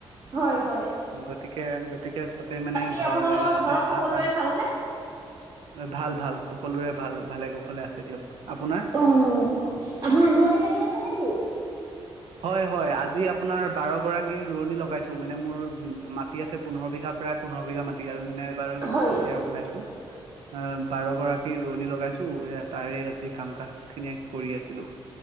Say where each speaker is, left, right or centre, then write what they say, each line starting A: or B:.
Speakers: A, on the right; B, on the right.
A: হয় হয়।
B: গতিকে গতিকে তাতে মানে
A: বাকী
B: ঘৰ
A: আপোনালোকৰ
B: এতিয়া
A: ঘৰত
B: চাহ
A: সকলোৰে
B: তাহ
A: ভালনে?
B: ভাল ভাল সকলোৰে ভাল ভালে কৌশলে আছে দিয়ক। আপোনাৰ
A: অ আপোনাৰ ৰোৱনী লাগি আছে নেকি?
B: হয় হয় আজি আপোনাৰ বাৰ গৰাকী ৰোৱনী, লগাইছো মানে মোৰ ম মাটি আছে পোন্ধৰ বিঘা প্ৰায় পোন্ধৰ বিঘা মাটি আছে মানে। বাৰ
A: হয়
B: কঠিয়া পেলাইছো অ বাৰগৰাকীৰ, ৰোৱনি লগাইছোঁ এই তাৰে আজি কাম কাজ খিনিয়ে কৰি আছিলোঁ।